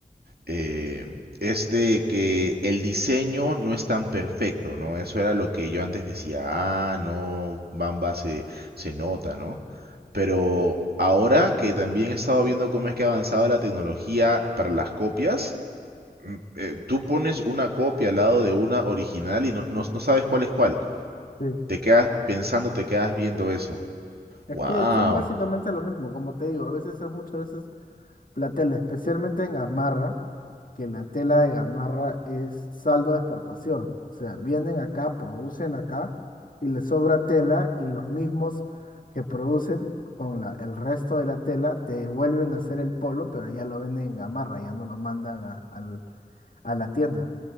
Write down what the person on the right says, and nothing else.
eh, es de que el diseño no es tan perfecto, ¿no? Eso era lo que yo antes decía, ah, no, Bamba se, se nota, ¿no? Pero ahora que también he estado viendo cómo es que ha avanzado la tecnología para las copias, mm, eh, tú pones una copia al lado de una original y no, no- no sabes cuál es cuál.
Te quedas pensando, te quedas viendo eso.
¡Wow!